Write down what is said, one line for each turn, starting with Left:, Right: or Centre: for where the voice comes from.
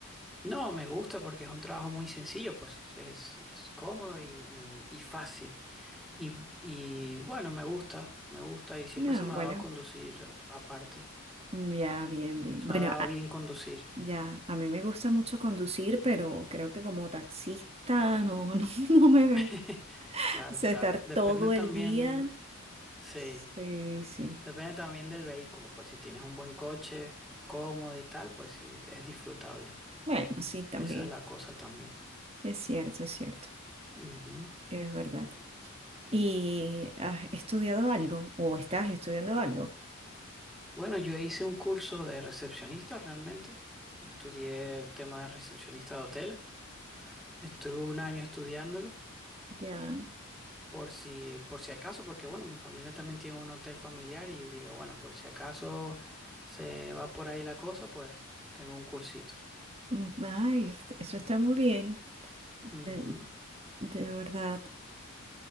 Centre: No, me gusta porque es un trabajo muy sencillo, pues es, es cómodo y, y- y fácil. Y, y bueno, me gusta, me gusta y siempre
Right: No,
Centre: se me
Right: bueno,
Centre: ha dado conducir aparte.
Right: ya, bien, bien.
Centre: Se
Right: Bueno,
Centre: me ha dado bien conducir.
Right: Ya, a mí me gusta mucho conducir, pero creo que como taxista no, <laughs> no, no me veo.
Centre: <laughs> Claro,
Right: O sea,
Centre: claro.
Right: estar
Centre: Depende
Right: todo
Centre: también,
Right: el día.
Centre: sí,
Right: Sí, sí.
Centre: depende también del vehículo. Pues si tienes un buen coche, cómodo y tal, pues sí, es disfrutable.
Right: Bueno, sí, también.
Centre: Esa es la cosa también.
Right: Es cierto, es cierto.
Centre: Ujú.
Right: Es verdad. ¿Y has estudiado algo o estás estudiando algo?
Centre: Bueno, yo hice un curso de recepcionista realmente. Estudié tema de recepcionista de hoteles. Estuve un año estudiándolo
Right: Ya.
Centre: por si, por si acaso, porque bueno, mi familia también tiene un hotel familiar y digo, bueno, por si acaso se va por ahí la cosa, pues tengo un cursito.
Right: Mm, Ay, est- eso está muy bien.
Centre: Ujú.
Right: De, de verdad.